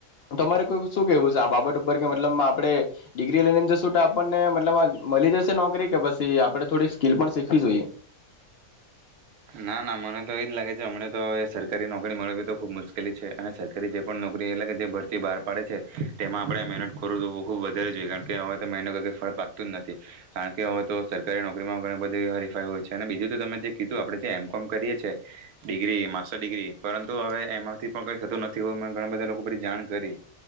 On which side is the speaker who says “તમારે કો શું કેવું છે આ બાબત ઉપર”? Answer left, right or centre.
Left